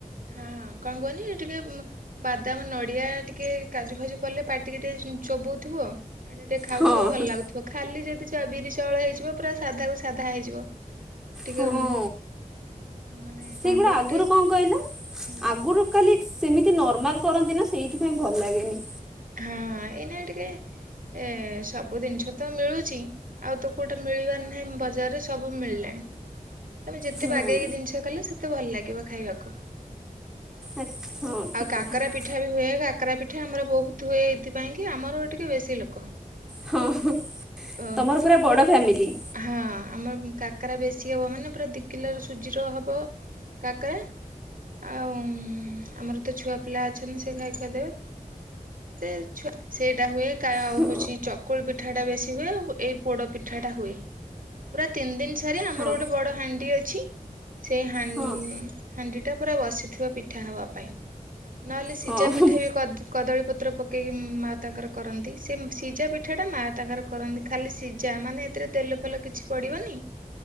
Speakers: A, on the right; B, in the centre.
A: ହଁ କଣ କୁହନି ଟିକେ ବାଦାମ ନଡିଆ ଟିକେ କାଜୁ ଫାଜୁ ପଡିଲେ ପାଟିକି ଟିକେ ଚୋବଉଥିବ। ଏମିତି ଟିକେ ଖାଉଥିବ
B: ହଁ
A: ଭଲ ଲାଗୁଥିବ ଖାଲି ଯଦି ବିରି ଚାଉଳ ହେଇଯିବ ପୁରା ସାଧା କୁ ସାଧା ହେଇଯିବ। ଟିକେ
B: ହଁ
A: ମାନେ
B: ସେଗୁଡ଼ା
A: କଣ କୁହନ
B: ଆଗରୁ
A: ଟିକେ
B: କଣ କହିଲ
A: ହୁଁ
B: ଆଗରୁ କ ସେମିତି ନର୍ମାଲ କରନ୍ତି ନା ସେଇଥିପାଇଁ ଭଲ ଲାଗେନି।
A: ହଁ ଏଇ ନାଇ ଟିକେ ଏ ସବୁ ଜିନିଷ ତ ମିଳୁଚି ଆଉ ତୁ କୋଉଟା ମିଳିବାର ନାହିଁ ବଜାରରେ ସବୁ ମିଳିଲାଣି। ତମେ ଯେତେ
B: ହୁଁ
A: ବାଗେଇକି ଜିନିଷ କଲେ ସେତେ ଭଲ ଲାଗିବ। ଖାଇବାକୁ।
B: ଆଚ୍ଛା ହଁ ଠିକ୍
A: ଆଉ
B: କଥା
A: କାକରା ପିଠା ବି ହୁଏ କାକରା ପିଠା ଏଠି ଆମର ବହୁ ହୁଏ ଏଇଥିପାଇଁ କି ଆମର ଟିକେ ବେଶି ଲୋକ।
B: ହଁ ହଁ
A: ଅ
B: ତୋମର ପୁରା ବଡ ଫ୍ୟାମିଲି।
A: ହଁ ଆମର କାକରା ବେଶୀ ହବ ମାନେ ପୁରା ଦି କିଲୋର ସୁଜିର ହବ କାକରା ଆଉ ଉଁ ଆମର ତ ଛୁଆ ପିଲା ଅଛନ୍ତି ସେ ଖାଇ ଖୁଆ ଦେବେ ଯେ ଛୁଆ ସେଇଟା ହୁଏ କାୟ ଆଉ
B: ହଁ
A: ହଉଛି ଚକୁଳି ପିଠା ସେଟା ବେଶୀ ହୁଏ ଆଉ ଏଇ ପୋଡ ପିଠାଟା ହୁଏ ପୁରା ତିନି ଦିନ ଠାରେ ଆମର
B: ହଁ
A: ଗୋଟେ ବଡ ହାଣ୍ଡି ଅ ଛି ସେ ହାନ
B: ହଁ
A: ହାଣ୍ଡିଟା ପୁରା ବସିଥିବ ପିଠା ହବା ପାଇଁ। ନହେଲେ ସିଝା
B: ହଁ
A: ପିଠା ବି କଦ୍ କଦଳୀ ପତ୍ ପକେଇକି ମା ତାଙ୍କର କରନ୍ତି, ସେ ସିଜା ପିଠା ଟା ମା ତାଙ୍କର କରନ୍ତି, ଖାଲି ସିଜା ମାନେ ଏଥିରେ ତେଲ ଫେଲ କିଛି ପଡିବନି